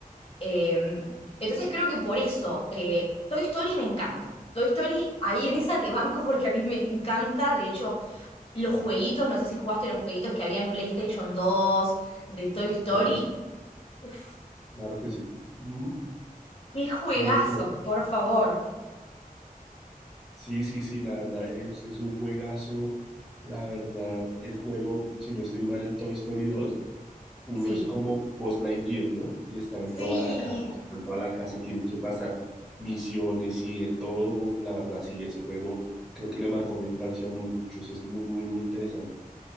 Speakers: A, on the left; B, in the centre.
A: eh, entonces creo que por eso, eh, Toy Story me encanta. Toy Story, ahí en esa te banco porque a mí me encanta, de hecho... Los jueguitos, no sé si jugaste los jueguitos que había en PlayStation dos de Toy Story.
B: claro que sí,
A: Uf,
B: claro que sí. Ujú,
A: qué juegazos,
B: Muy chévere.
A: por favor.
B: Sí, sí, sí, la verdad es, es un juegazo. La verdad, el juego, si no estoy mal, el Toy Story dos Uno
A: Sí,
B: es como Buzz Lightyear, ¿no? Y está en
A: sí.
B: toda la casa, en toda la casa y tiene que pasar misiones y de todo. Uf, la verdad, sí, ese juego creo que le marcó la infancia a muchos. Es muy, muy, muy interesante.